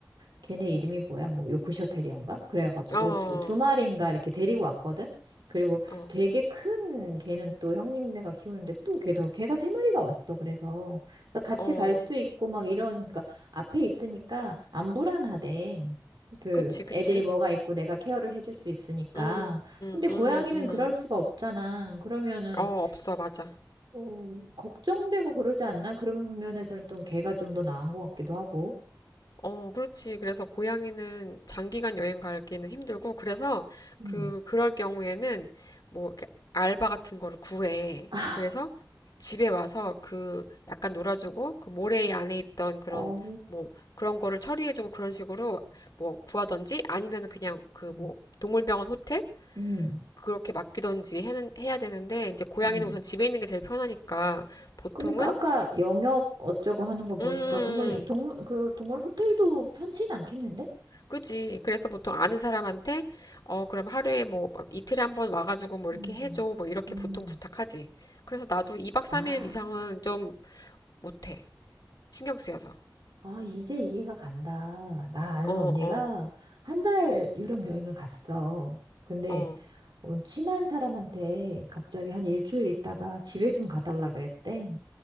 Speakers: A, on the right; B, on the left.
A: 걔네 이름이 뭐야? 뭐 요크셔 테리어인가? 그래가지고
B: 어,
A: 두, 두 마리인가 이렇게 데리고 왔거든. 그리고
B: 어,
A: 되게 큰 걔는 또 형님네가 키우는데 또 걔도 걔가 세 마리가 왔어. 그래서, 그래서 같이
B: 어,
A: 갈 수도 있고 막 이런 그러니까 앞에 있으니까 안 불안하대. 그
B: 그치, 그치.
A: 애들이 뭐가 있고 내가 케어를 해줄 수 있으니까.
B: 음, 음,
A: 근데 고양이는
B: 음, 음.
A: 그럴 수가 없잖아. 그러면은
B: 어, 없어, 맞아.
A: 어, 걱정되고 그러지 않나? 그런 면에서는 또 걔가 좀 더 나은 것 같기도 하고.
B: 어, 그렇지. 그래서 고양이는 장기간 여행 가기는 힘들고, 그래서
A: 음.
B: 그, 그럴 경우에는 뭐, 이렇게 알바 같은 거를 구해.
A: 아,
B: 그래서 집에 와서 그, 약간 놀아주고, 그 모래 안에 있던 그런,
A: 어.
B: 뭐, 그런 거를 처리해주고 그런 식으로 뭐 구하던지 아니면 그냥 그 뭐,
A: 음,
B: 동물병원 호텔?
A: 음.
B: 그렇게 맡기던지 해는, 해야 되는데, 이제 고양이는
A: 음.
B: 우선 집에 있는 게 제일 편하니까 보통은
A: 그러니까 아까 영역 어쩌고 하는 거 보니까
B: 음,
A: 그러면 동물 그 동물 호텔도 편치는 않겠는데?
B: 그지. 그래서 보통 아는 사람한테, 어, 그럼 하루에 뭐, 이틀에 한번 와가지고 뭐
A: 음.
B: 이렇게 해줘. 뭐 이렇게
A: 음.
B: 보통 부탁하지. 그래서 나도 2박 3일
A: 아,
B: 이상은 좀 못해. 신경 쓰여서.
A: 아 이제 이해가 간다. 나 아는
B: 어,
A: 언니가
B: 어,
A: 한 달 유럽 여행을 갔어. 근데
B: 어,
A: 어, 친한 사람한테 갑자기 한 일주일 있다가 집에 좀 가달라 그랬대.